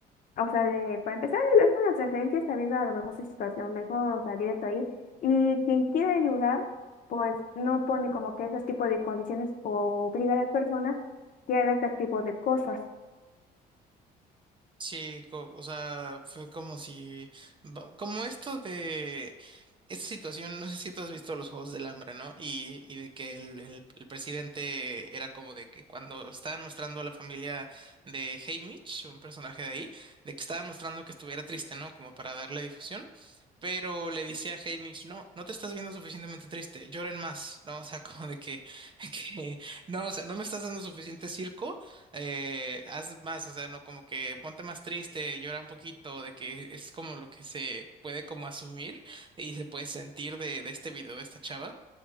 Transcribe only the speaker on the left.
o sea, le- para empezar, le hace una transferencia, está viendo a lo mejor su situación mejor, o sea, directo ahí. Y quien quiere ayudar, pues no pone como que esos tipos de condiciones o obliga a las personas que haga este tipo de cosas.